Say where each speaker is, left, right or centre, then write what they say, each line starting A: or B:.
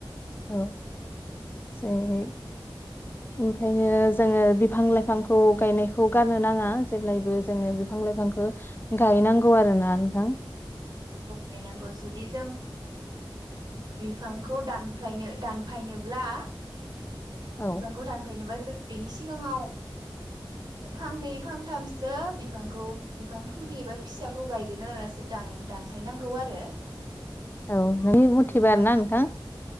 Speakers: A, on the left; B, on the right.
A: औ जेरै ओंखायनो जोङो बिफां लाइफां बिफांखौ गायनायखौ गारनो नाङा जेब्लायबो जोङो बिफां लाइफांखौ गायनांगौ आरो ना नोंथां।
B: औ गायनांगौ जुदि जों बिफांखौ दानफायनो दानफायनोब्ला
A: औ
B: बिबांखौ दानफ्रायनोबा जों बेनि सिगाङाव फांनै फांथामसो बिफांखौ बिफां फुलि एबा फिसाखौ गायगोना लानासो दान दा साफैनांगौ आरो
A: औ नोंनि मथिबा
B: न'
A: आरो ना नोंथां।